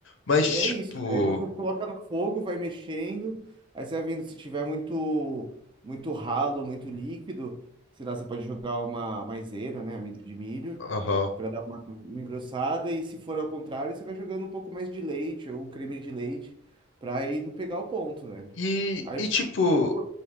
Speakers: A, on the left; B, on the right.
A: Mas,
B: E
A: tipo...
B: é isso, cara. Aí você coloca no fogo, vai mexendo, aí você vai vendo se tiver muito muito ralo, muito líquido, sei lá, você pode jogar uma maisena, né, amido de milho,
A: Aham.
B: pra dar uma, uma engrossada e se for ao contrário, você vai jogando um pouco mais de leite ou creme de leite pra ir não pegar o ponto, velho.
A: E,
B: Aí
A: e, tipo...
B: sim,